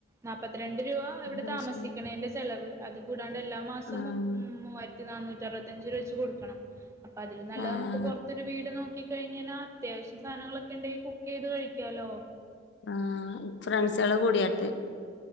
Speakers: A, on the right; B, on the left.
A: നാപ്പപത്തിരണ്ട് രൂപ ഇവിടെ
B: അത്
A: താമസിക്കുണേന്റെ-
B: ശരി
A: ചെലവ് അത് കൂടാണ്ട് എല്ലാ മാസവും
B: ആഹ്
A: മു മൂവായിരത്തി നന്നൂറ്റി അറുപത്തി അഞ്ച് രൂപ വെച്ച് കൊടുക്കണം. അപ്പൊ അതില് നല്ലത്
B: ആഹ്
A: നമുക്ക് പുറത്തൊരു വീട് നോക്കി- കഴിഞെനാ അത്യാവശ്യം സാധനങ്ങളൊക്കെ ഇണ്ടെങ്കി കുക്ക് ചെയ്ത് കഴിക്കാലോ?
B: ആഹ് ഫ്രണ്ട്സുകള് കൂടിയായിട്ട്-